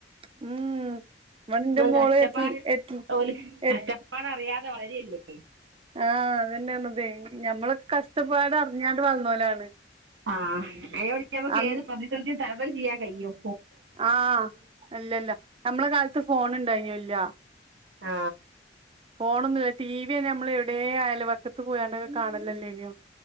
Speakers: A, on the right; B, on the right.
A: ഉം ഇവടെന്റെ
B: അ
A: മോള്
B: കഷ്ടപ്പാട്
A: എട്ടി എട്ടി
B: ഓല്
A: എ
B: കഷ്ടപ്പാട് അറിയാതെ വളരല്ലേ
A: ആ അതന്നാണ്തെ ഞമ്മളൊക്കെ കഷ്ടപ്പാട് അറിഞ്ഞാണ്ട് വളർന്നോലാണ്
B: ആഹ് അയോടെ നമുക്ക്
A: അന്ന്
B: ഏത് പ്രതിസന്ധിയും തരണംചെയ്യാൻ കയും
A: ആ അല്ലല്ല നമ്മളെ കാലത്ത് ഫോൺ ഇണ്ടായിനോ ഇല്ല
B: ആ
A: ഫോണൊന്നുമല്ല ടി വി തന്നെ നമ്മൾ എവിടെ അയപക്കത്ത് പോയണ്ടൊക്കെ കാണലല്ലേ നിയോ